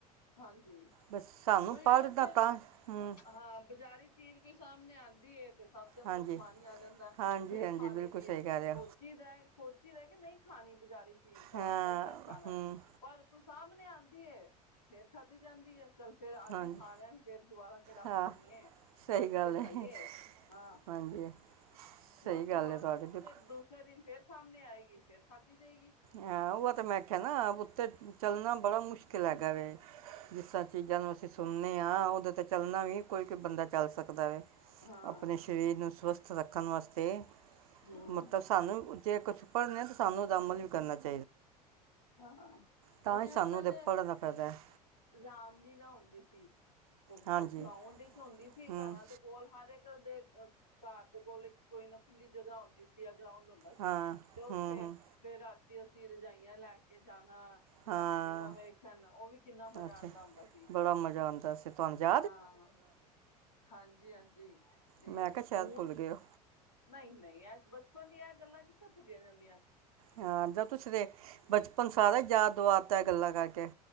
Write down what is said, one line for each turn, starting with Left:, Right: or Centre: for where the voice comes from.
Left: ਹਾਂਜੀ,
Right: ਬਸ ਸਾਨੂੰ
Left: ਓਈ
Right: ਪੜ੍ਹਨਾ
Left: ਏ ਨਾ ਫਿਰ
Right: ਤਾਂ ਹੂੰ
Left: ਹਾਂ ਬਾਜ਼ਾਰੀ ਚੀਜ਼ ਕੋਈ ਸਾਹਮਨੇ ਆਂਦੀ ਏ, ਤੇ ਸਭ ਦੇ ਮੂੰਹ
Right: ਹਾਂਜੀ
Left: 'ਚ ਪਾਣੀ ਆ ਜਾਂਦਾ ਐ
Right: ਹਾਂਜੀ
Left: ਫੇਰ
Right: ਹਾਂਜੀ
Left: ਖਾ
Right: ਬਿਲਕੁਲ
Left: ਲਈ ਦੀ
Right: ਸਹੀ
Left: ਏ।
Right: ਕਹਿ ਰਿਹਾ
Left: ਸੋਚੀ ਦਾ ਐ, ਸੋਚੀ ਦਾ ਐ ਕਿ ਨਈ ਖਾਨੀ ਬਜ਼ਾਰੀ ਚੀਜ਼, ਘਰ
Right: ਹਾਂ
Left: ਦਾ ਹੀ ਫਰੈਸ਼ ਖਾਨਾ ਐ।
Right: ਹੂੰ
Left: ਪਰ ਕੋਈ ਸਾਮਨੇ ਆਂਦੀ ਏ, ਫੇਰ ਖਾਧੀ ਜਾਂਦੀ ਏ। ਚੱਲ ਫੇਰ ਅੱਜ
Right: ਹਾਂਜੀ
Left: ਖਾ ਲਿਆ ਫੇਰ ਦੁਬਾਰਾ ਕੇੜਾ
Right: ਹਾਂ
Left: ਖਾਨੀ ਏ।
Right: ਸਹੀ
Left: ਅੱਜ
Right: ਗੱਲ
Left: ਤੇ
Right: ਹੈ
Left: ਖਾਈਏ ਹਾਂ,
Right: ਹਾਂਜੀ ਸਹੀ
Left: ਮਰ ਦੁਬਾਰਾ
Right: ਗੱਲ ਹੈ ਤੁਹਾਡੀ
Left: ਦੂਸਰੇ
Right: ਬਿਲਕੁਲ
Left: ਦੂਸ ਸਰੇ ਦਿਨ ਫੇਰ ਸਾਮਨੇ ਆਏਗੀ ਫੇਰ ਖਾਧੀ ਜਾਏਗੀ।
Right: ਹਾਂ ਉਵਾਂ ਤੇ ਮੈਂ ਆਖਿਆ ਨਾ ਉਤੇ ਚੱਲਨਾ ਬੜਾ ਮੁਸ਼ਕਿਲ ਹੈਗਾ ਵੇ। ਜਿਸ ਤਰ੍ਹਾਂ ਚੀਜ਼ਾਂ ਨੂੰ ਅਸੀਂ ਸੁਨਨੇ ਆ, ਓਦੇ ਤੇ ਚੱਲਣਾ ਵੀ ਕੋਈ-ਕੋਈ ਬੰਦਾ ਚੱਲ ਸਕਦਾ ਵੇ।
Left: ਹਾਂ
Right: ਅਪਨੇ ਸ਼ਰੀਰ ਨੂੰ ਸਵੱਸਥ ਰੱਖਨ ਵਾਸਤੇ,
Left: ਹੂੰ
Right: ਮਤਸ ਸਾਨੂੰ ਜੇ ਕੁਛ ਪੜ੍ਹਨੈ, ਤਾਂ ਸਾਨੂੰ ਓਦਾ ਅਮਲ ਵੀ ਕਰਨਾ ਚਾਈ
Left: ਹਾਂ,
Right: ਤਾਂ
Left: ਹੁਨ ਜਿਵੇਂ
Right: ਹੀ ਸਾਨੂੰ
Left: ਪਹਿਲੇ
Right: ਉਹਦੇ ਪੜ੍ਹਨ
Left: ਅ
Right: ਦਾ ਫਾਇਦਾ ਹੈ
Left: ਰਾਮ ਲੀਲਾ ਹੁੰਦੀ ਸੀ। ਓ
Right: ਹਾਂਜੀ
Left: ਗਰਾਊਂਡ 'ਚ ਹੁੰਦੀ ਸੀ,
Right: ਹੂੰ
Left: ਘਰਾਂ ਦੇ ਕੋਲ ਹਰ ਏਕ ਤੁਹਾਡੇ ਘਰ ਦੇ ਕੋਲ ਇੱਕ ਕੋਈ ਨਾ ਖੁੱਲੀ ਜਗ੍ਹਾ ਹੁੰਦੀ ਸੀ, ਯਾ ਗਰਾਉਂਡ ਹੁੰਦਾ ਸੀ
Right: ਹਾਂ
Left: ਤੇ ਓਥੇ
Right: ਹੂੰ ਹੂੰ
Left: ਫੇਰ ਰਾਤੀ ਅਸੀਂ ਰਜਾਈਆਂ ਲੈ ਕੇ ਜਾਨਾ,
Right: ਹਾਂ
Left: ਰਾਮ ਲੀਲਾ ਵੇਖ ਖਨ, ਓ ਵੀ ਕਿੰਨਾ ਮਜ਼ਾ
Right: ਅੱਛਾ
Left: ਆਂਦਾ ਹੁੰਦਾ ਸੀ।
Right: ਬੜਾ ਮਜ਼ਾ ਆਂਦਾ ਸੀ, ਤੁਆਨੁ ਯਾ
Left: ਹਾਂ, ਹਾਂਜੀ-ਹਾਂਜੀ, ਤੇ
Right: ਮੈਂ ਕਿਹਾ ਸ਼ਾਇਦ
Left: ਹੁਨ
Right: ਭੁੱਲ ਗਏ ਹੋ
Left: ਨਈ-ਨਈ, ਅੱਜ ਬਚਪਨ ਦੀਆਂ ਗੱਲਾਂ ਕਿੱਥੇ ਭੁੱਲੀਆਂ ਜਾਂਦ
Right: ਹਾਂ, ਜਦ ਤੁਸੀਂ ਤੇ ਬਚਪਨ ਸਾਰਾ ਯਾਦ ਦੁਆ ਤੈ ਐ ਗੱਲਾਂ ਕਰਕੇ।